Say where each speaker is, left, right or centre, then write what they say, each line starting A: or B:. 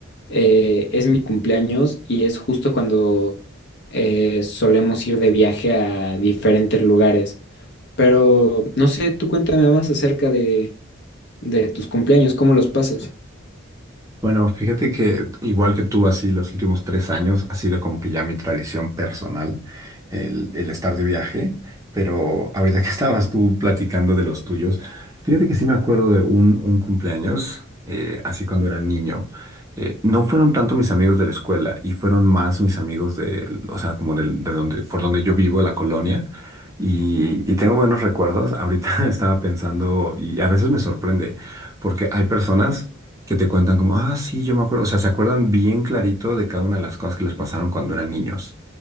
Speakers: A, on the left (about 55°); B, on the right (about 15°).
A: eh, es mi cumpleaños y es justo cuando eh, solemos ir de viaje a diferentes lugares. Pero no sé, tú cuéntame más acerca de de tus cumpleaños, ¿cómo los pasas?
B: Bueno, fíjate que igual que tú, así los últimos tres años ha sido como que ya mi tradición personal el, el estar de viaje, pero ahorita que <laughs> estabas tú platicando de los tuyos, fíjate que sí me acuerdo de un, un cumpleaños, eh, así cuando era niño. Eh, no fueron tanto mis amigos de la escuela y fueron más mis amigos de, o sea, como del- de, donde, por donde yo vivo, la colonia. Y, y tengo buenos recuerdos. Ahorita <laughs> estaba pensando, y a veces me sorprende, porque hay personas que te cuentan como, ah, sí, yo me acuerdo, o sea, se acuerdan bien clarito de cada una de las cosas que les pasaron cuando eran niños.